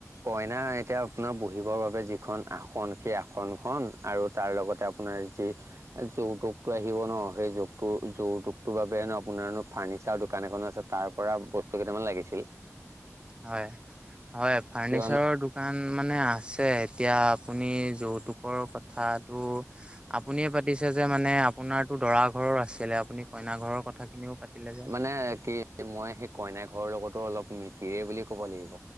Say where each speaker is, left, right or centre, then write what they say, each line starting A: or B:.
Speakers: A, on the right; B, on the right.
A: কইনা এতিয়া আপোনাৰ বহিবৰ বাবে যিখন আসন, সেই আসনখন আৰু তাৰ লগতে আপ পোনাৰ যি এ যৌতুকটো আহিব ন সেই যৌকটো যৌতুকটোৰ বাবে ন আপোনাৰনো ফাৰ্নিচাৰ দোকান এখনো আছে তাৰ পৰা বস্তু কেইটামান লাগিছিল।
B: হয় হয় ফাৰ্নিচাৰৰ
A: কিয়নো
B: দোক কান মানে আছে এতিয়া আপুনি যৌতুকৰ কথাটো আপুনিয়ে পাতিছে যে মানে আপোনাৰতো দৰা ঘৰৰ আছিলে আপুনি কইনা ঘৰৰ কথাখিনিও পাতিলে যে‌।
A: নে কি মই সেই কইনা ঘৰৰ লগতো অলপ মিতিৰে বুলি ক'ব লাগিব